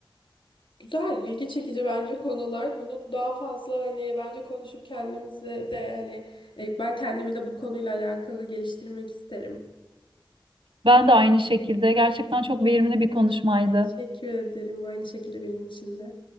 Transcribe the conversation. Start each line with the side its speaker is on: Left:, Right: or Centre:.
Left: Güzel, ilgi çekici bence konular. Bunu daha fazla hani bence konuşup kendimizi de hani e, ben kendimi de bu konuyla alakalı geliştirmek isterim.
Right: Ben de aynı şekilde gerçekten çok verimli bir konuşmaydı.
Left: Teşekkür ederim. Aynı şekilde benim için de.